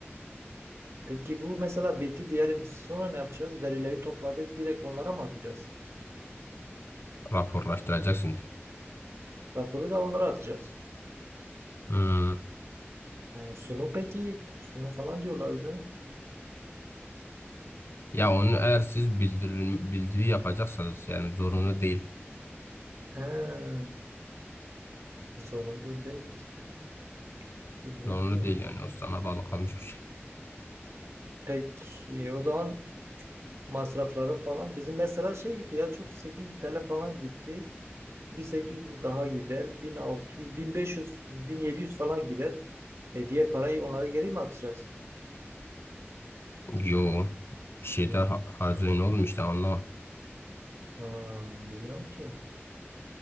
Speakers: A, on the right; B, on the left.
A: Peki bu mesela bitti diyelim. Sonra ne yapacağız? Verileri topladık. Direkt onlara mı atacağız?
B: Raporlaştıracaksınız.
A: Raporu da onlara atacağız.
B: Hı.
A: Ha, Sunu peki. Sunu falan diyorlardı.
B: Ya onu eğer siz bildirim, bildiri yapacaksanız yani zorunlu değil.
A: He, zorunlu değilsin. Bilmiyorum
B: Zorunlu
A: ki.
B: değil yani. O sana bağlı kalmış bir şey.
A: Peki o zaman masrafları falan. Bizim mesela şey gitti ya çok 800 TL falan gitti. Bir 800 daha gider. 1600, 1500, 1700 falan gider. E diğer parayı onlara geri mi atacağız?
B: Yo. Bir şey
A: Ne?
B: daha ha- harcayın oğlum işte anla.
A: Ha, bilmiyorum ki.